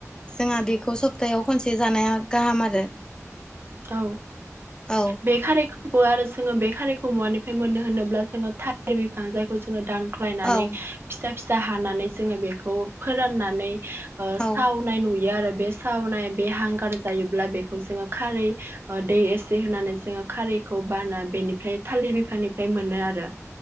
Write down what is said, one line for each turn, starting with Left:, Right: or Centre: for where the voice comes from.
Left: जोंहा बेखौ सप्तायाव खनसे जानाया गाहाम आरो।
Right: औ
Left: औ
Right: बे खारैखौबो आरो जोङो बे खारिखौ मवानिफ्राय मोननो होनोब्ला जोङो थालिर बिफां जायखौ जोङो दानख्लायनानै
Left: औ
Right: फिसा फिसा हानानै जोङो बेखौ फोराननानै ओ
Left: औ
Right: साव नाय नुयो आरो बे सावनाय बे हांगार जायोब्ला बेखौ जोङो खारै ओ दै एसे होनानै जोङो खारैखौ बाना बेनिफ्राय थालिर बिफांनिफ्राय मोनो आरो